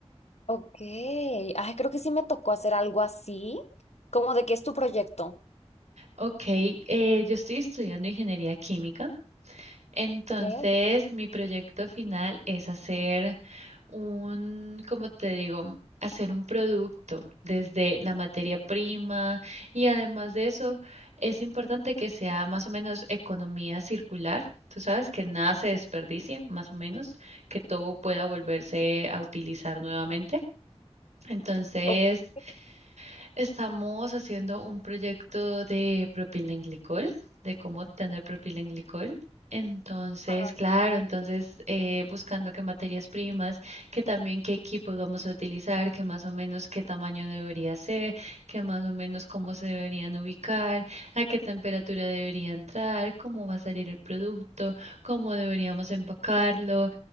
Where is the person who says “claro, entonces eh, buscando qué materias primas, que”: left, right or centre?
Right